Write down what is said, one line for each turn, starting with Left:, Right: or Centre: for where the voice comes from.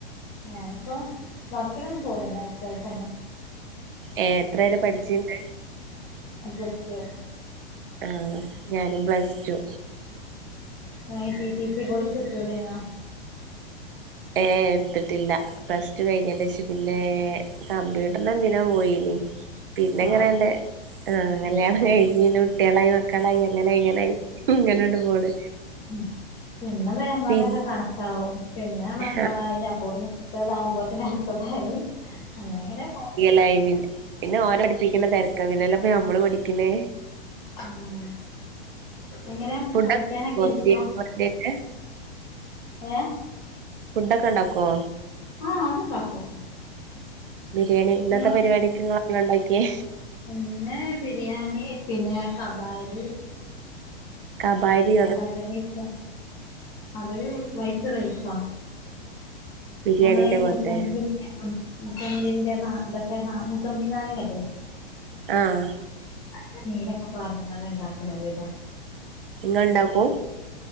Left: ഞാനിപ്പോ വർക്കിനൊന്നും പോണില്ല ഹൌസ് വൈഫ് തന്നെ-
Right: ഏഹ് എത്ര വരെ പഠിച്ചിണ്ട്?
Left: പ്ലസ്സ്റ്റു-
Right: ആഹ് ഞാനും പ്ലസ് ടു.
Left: ഞാ പിസിസി കൊയ്സ് എടുത്തുടായിരുന്നോ?
Right: ഏഹ് എടുത്തിട്ടില്ല പ്ലസ് ടു കഴിഞ്ഞ ശേഷം പിന്നെ കമ്പ്യൂട്ടറിന എ പോയിനി പിന്നെ എങ്ങനെയണ്ട
Left: ആഹ്
Right: ആഹ് കല്യാണം കൈഞ്ഞ്ന്നെകുട്ടയാളായി മകളായി അങ്ങനെങ്ങാനായി യാണ് കഴുകിന്നെ കുട്ടികളായി മക്കളായി ഇങ്ങനെണ്ട് പോണ്
Left: ഉം പിന്നെ നമ്മളതൊക്കെ
Right: പിന്ന
Left: കണക്കാവും പിന്നെ മക്കളായി
Right: ആ
Left: അപ്പോ ശസാവുംബത്തിനും അടുത്തതായി അങ്ങനെങ്ങനെ
Right: ലൈവിൽ- പിന്നെ ഓരോടിപ്പിക്കുന്ന തിരക്ക പിന്നെല്ലപ്പ നമ്മള് പടിക്കുന്നേ
Left: ഉം എങ്ങനെ
Right: ഫുഡൊക്കെണ്ടാക്കോ
Left: പഠിക്കാനൊക്കെ ഇരിക്കോ?
Right: ബിരിയാണിക്ക് വേണ്ടിട്ട്
Left: ഏഹ്
Right: ഫുഡ് ഒക്കെ ഉണ്ടാക്കോ?
Left: ആഹ് അത്ണ്ടാക്കും.
Right: ബിരിയാണി ഇന്നത്തെ
Left: നിങ്ങൾ
Right: പരിപാടിക് ഉണ്ടാക്കിയേ
Left: ഇന്ന് ബിരിയാണി പിന്നെ കബാരി
Right: കബാരി
Left: കബാരി റൈസ് അതരു വൈറ്റ് റൈസാ
Right: ബിരിയാണിന്റെ
Left: നമ്മള ഈ
Right: പോലത്തെ
Left: മുസ്ലംബി മുസംബി ന്റെ ഇതൊക്കെ മുസംബി നാരങ്ങല്ലേ
Right: ആഹ്
Left: അതിന്റെ നീരൊക്കെ ഒഴിച്ചു ഉണ്ടാക്കുന്നത് ഇതാ
Right: നിങ്ങ ൾ ഉണ്ടാക്കും